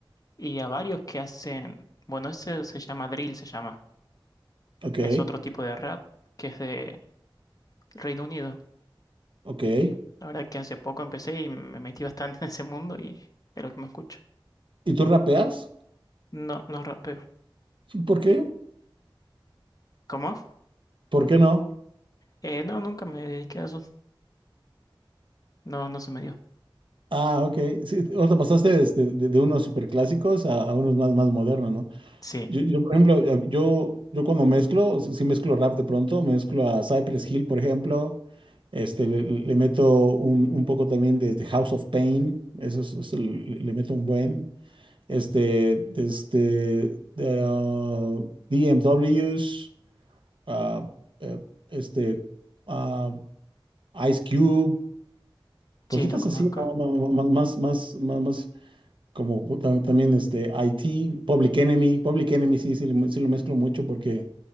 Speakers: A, on the left (about 40°); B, on the right (about 65°).
A: y a varios que hacen, bueno, ese se llama drill, se llama,
B: Ok,
A: es otro tipo de rap que es de Reino Unido.
B: ok.
A: La verdad que hace poco empecé y me metí bastante <laughs> en ese mundo y es lo que me escucho.
B: ¿Y tú rapeas?
A: No, no rapeo.
B: <laughs> ¿Por qué?
A: ¿Cómo?
B: ¿Por qué no?
A: Eh, no, nunca me dediqué a eso. No, no se me dio.
B: Ah, ok. Sí, o sea, pasaste des- de, de- de unos superclásicos a, a unos más, más modernos, ¿no?
A: Sí,
B: Yo, yo, por ejemplo, yo, yo yo cuando mezclo, sí sí mezclo rap de pronto, mezclo a Cypress Hill, por ejemplo. Este, le, le- le meto un, un poco también de, de House of Pain, eso es, eso le, le meto un buen. este, desde de, ah, BMWs, ah, eh, este, ah, Ice Cube, cositas
A: sí, lo conozco.
B: así, ¿no? No, no, más, más, más, más, como tam- también este, IT, Public Enemy, Public Enemy sí, sí, lo sí lo mezclo mucho porque